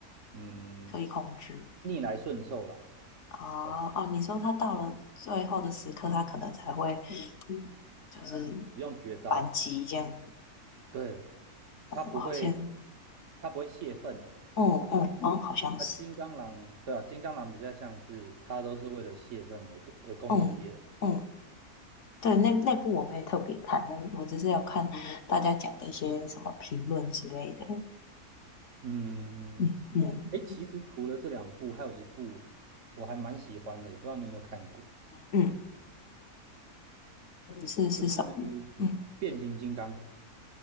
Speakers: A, on the right (about 55°); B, on the left (about 60°).
A: 嗯
B: 可以控制。
A: 逆来顺受啦，
B: 啊哦，
A: 对吧？
B: 你说他到了最后的时刻，他可能才会就是
A: 使用绝招，
B: 反击这样子。
A: 对，
B: 哦，
A: 他不会，
B: 好像
A: 他不会泄愤啊。
B: 嗯嗯哦，好像是，
A: 那金刚狼，对啊，金刚狼比较像是他都是为了泄愤而而攻击别人。
B: 嗯嗯，对，那那部我没特别看，但是我只是有看大家讲的一些什么评论之类的，
A: 嗯，
B: 嗯嗯
A: 哎，其实除了这两部，还有一部我还蛮喜欢的，也不知道你有没有看过，
B: 嗯，是是什么？
A: 就是
B: 嗯，
A: 变形金刚